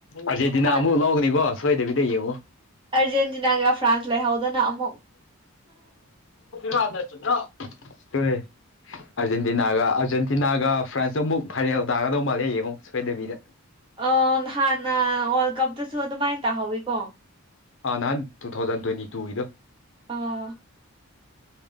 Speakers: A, on the left; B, on the right.
A: ꯑꯔꯖꯦꯟꯇꯤꯅꯥ
B: ꯍꯣꯏ
A: ꯑꯃꯨꯛ ꯂꯧꯒꯅꯤꯀꯣ ꯁꯣꯏꯗꯕꯤꯗ ꯌꯦꯡꯉꯣ
B: ꯑꯥꯔꯖꯦꯟꯇꯤꯅꯥꯒ ꯐ꯭ꯔꯥꯟꯁ ꯂꯩꯍꯧꯗꯅ ꯑꯃꯨꯛ
A: <unintelligible> ꯇꯨꯍꯦ ꯑꯥꯔꯖꯦꯟꯇꯤꯅꯥꯒ ꯑꯥꯔꯖꯦꯟꯇꯤꯅꯥꯒ ꯐ꯭ꯔꯥꯟꯁꯇꯣ ꯑꯃꯨꯛ ꯐꯥꯏꯅꯦꯜ ꯇꯥꯒꯗꯧ ꯃꯥꯜꯂꯦ ꯌꯦꯡꯉꯣ ꯁꯣꯏꯗꯕꯤꯗ
B: ꯑ ꯅꯍꯥꯟꯅ ꯋꯥꯔꯜ ꯀꯞꯇꯁꯨ ꯑꯗꯨꯃꯥꯏꯅ ꯇꯥꯍꯧꯋꯤꯀꯣ
A: ꯑ ꯅꯍꯥꯟ ꯇꯨ ꯊꯥꯎꯖꯟ ꯇ꯭ꯋꯦꯟꯇꯤ ꯇꯨꯒꯤꯗꯣ
B: ꯑꯥ